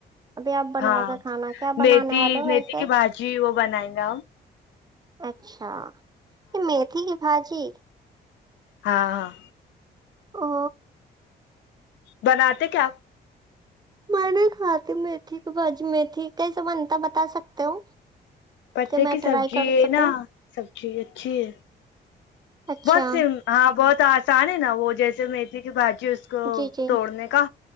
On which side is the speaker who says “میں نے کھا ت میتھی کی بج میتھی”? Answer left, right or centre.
Right